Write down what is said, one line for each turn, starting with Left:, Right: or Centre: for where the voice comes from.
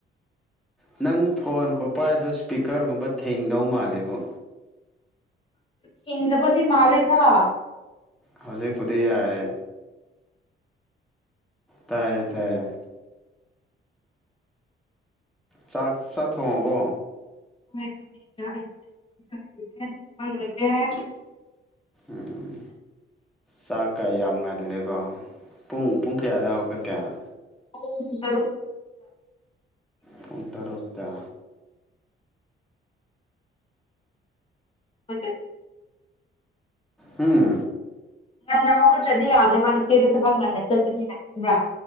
Centre: ꯎ ꯅꯪ ꯐꯣꯟ ꯈꯣꯠꯄ ꯍꯥꯏꯗꯣ ꯏꯁꯄꯤꯀꯔꯒꯨꯝꯕ ꯊꯦꯡꯗꯧ ꯃꯥꯂꯦꯕꯨ
Left: ꯪ ꯍꯗꯕꯗꯤ ꯃꯥꯂꯦꯗ
Centre: ꯍꯧꯖꯤꯛꯄꯗꯤ ꯌꯥꯔꯦ ꯇꯥꯏꯌꯦ ꯇꯥꯏꯌꯦ ꯆꯥꯛ ꯆꯥꯛ ꯊꯣꯡꯉꯕꯣ
Left: ꯈꯃꯗ ꯑꯩꯕꯨꯔꯦ ꯊꯣꯡꯕ ꯂꯣꯏꯔꯦ
Centre: ꯎꯝ ꯆ ꯀꯥꯏ ꯌꯥꯝ ꯉꯜꯂꯦ ꯑꯣ ꯄꯨꯡ ꯄꯨꯡ ꯀꯌꯥꯗꯎꯔꯒ ꯀꯌꯥ
Left: ꯎꯝ ꯇꯔ
Centre: ꯄꯟ ꯇꯔꯐꯇ
Left: ꯃ
Centre: ꯎꯝ
Left: ꯅꯅꯥꯎꯕ ꯆꯗꯤ ꯌꯥꯗꯦꯕꯆꯦꯗ ꯊꯕꯛ ꯉꯟꯅ ꯆꯠꯀꯅꯤꯅ ꯈꯪꯕ꯭ꯔꯥ